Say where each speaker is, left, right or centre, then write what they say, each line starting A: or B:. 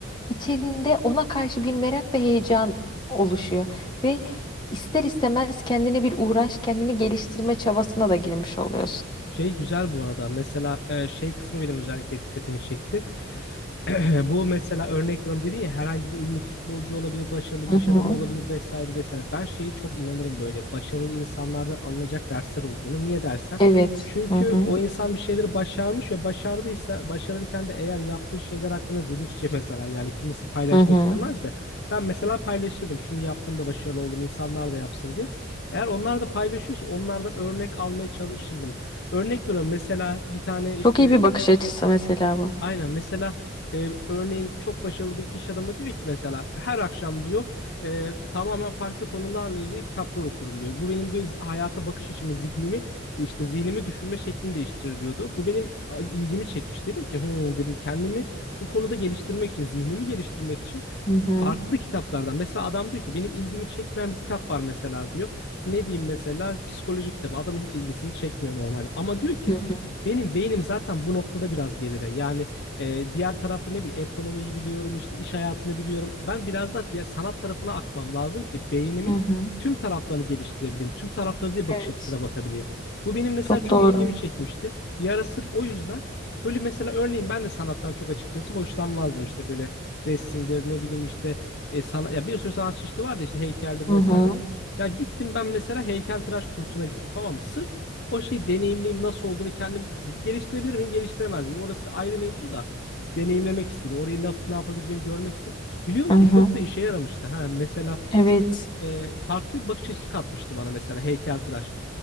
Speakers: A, on the left (about 25°); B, on the left (about 60°).
A: içerinde ona karşı bir merak ve heyecan oluşuyor. Ve ister istemez kendine bir uğraş, kendini geliştirme çabasına da girmiş oluyorsun.
B: Şey güzel bu arada. Mesela e, şey kısmı benim özellikle dikkatimi çekti. <clears throat> Bu mesela örnek veriyorum dedin ya herhangi bir ünlü futbolcu olabilir, başarılı bir
A: Hı
B: iş
A: hı.
B: adamı olabilir vesaire vesaire. Ben şeye çok inanırım böyle başarılı insanlardan alınacak dersler olduğunu. Niye dersen?
A: Evet.
B: Çünkü
A: Hı hı.
B: o insan bir şeyleri başarmış ve başardıysa başarırken de eğer yaptığı şeyler hakkında dürüstçe mesela yani kimisi paylaşmak
A: Hı hı.
B: istemez de ben mesela paylaşırdım şunu yaptım da başarılı oldum insanlar da yapsın diye. Eğer onlar da paylaşıyorsa onlardan örnek almaya çalışırdım. Örnek veriyorum mesela bir tane işte
A: Çok iyi bir bakış açısı mesela bu.
B: Aynen mesela e, örneğin çok başarılı bir iş adamı diyor ki mesela her akşam diyor e, tamamen farklı konularla ilgili kitaplar okurum diyor. Bu benim diyor hayata bakış açımı, zihnimi işte zihnimi düşünme şeklini değiştirir diyordu. Bu benim a, ilgimi çekmiş. Dedim ki "Hmm," dedim kendimi bu konuda geliştirmek için, zihnimi geliştirmek için
A: Hı hı.
B: farklı kitaplardan. Mesela adam diyor ki benim ilgimi çekmeyen bir kitap var mesela diyor. Ne diyeyim mesela psikoloji kitabı. Adamın hiç ilgisini çekmiyor normalde. Ama diyor ki
A: Hı hı.
B: benim beynim zaten bu noktada biraz geride. Yani e, diğer tarafı ne bileyim ekonomiyi biliyorum işte iş hayatını biliyorum. Ben biraz da diğer sanat tarafına akmam lazım ki beynimin
A: Hı hı.
B: tüm taraflarını geliştirebileyim. Tüm tarafları diye bakış
A: Evet.
B: açısına bakabileyim. Bu benim mesela
A: Çok
B: çok
A: doğru.
B: ilgimi çekmişti. Bir ara sırf o yüzden böyle mesela örneğin ben de sanattan çok açıkçası hoşlanmazdım işte böyle resimdir ne bileyim işte e, sana, ya bir sürü sanat çeşidi vardı işte heykeldir
A: Hı
B: vesaire.
A: hı.
B: Ya gittim ben mesela heykeltıraş kursuna gittim tamam mı? Sırf o şeyi deneyimleyeyim nasıl olduğunu kendim geliştirebilir miyim geliştiremez miyim? Orası ayrı mevzu da deneyimlemek istedim. Orayı ne, ne yapabileceğimi görmek istedim. Biliyor musun
A: Hı hı.
B: çok da işe yaramıştı. Ha, mesela
A: Evet.
B: e, farklı bir bakış açısı katmıştı bana mesela heykeltıraş